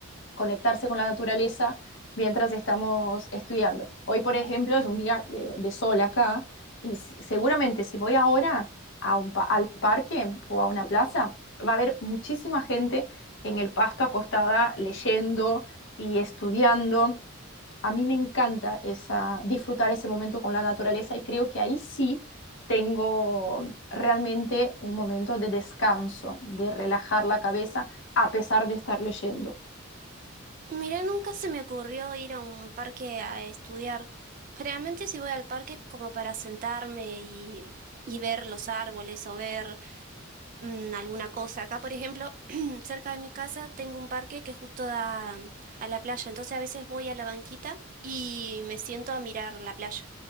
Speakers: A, on the left; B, on the right.
A: conectarse con la naturaleza mientras estamos estudiando. Hoy, por ejemplo, es un día de, de sol acá y s- seguramente si voy ahora a un pa- al parque o a una plaza, va a haber muchísima gente en el pasto acostada leyendo y estudiando. A mí me encanta esa, disfrutar ese momento con la naturaleza y creo que ahí sí tengo realmente un momento de descanso, de relajar la cabeza a pesar de estar leyendo.
B: Mira, nunca se me ocurrió ir a un parque a estudiar. Generalmente si voy al parque es como para sentarme y, y ver los árboles o ver mm, alguna cosa. Acá, por ejemplo, <clears throat> cerca de mi casa tengo un parque que justo da mm, a la playa, entonces a veces voy a la banquita y me siento a mirar la playa.